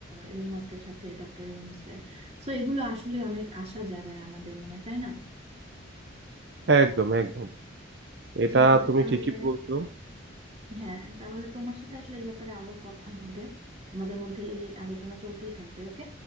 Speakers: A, on the right (about 30°); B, on the right (about 55°).
A: এলন মাস্কের সাথে ডক্টর ইউনুসের সো এগুলো আসলে অনেক আশা জাগায় আমাদের মনে তাই না
B: একদম একদম এটা
A: জি বন্ধু
B: তুমি
A: তাহলে
B: ঠিকই বলছো
A: হ্যাঁ তাহলে তোমার সাথে আসলে এই ব্যাপারে আরো কথা হবে আমাদের মধ্যে এই আলোচনা চলতেই থাকবে ওকে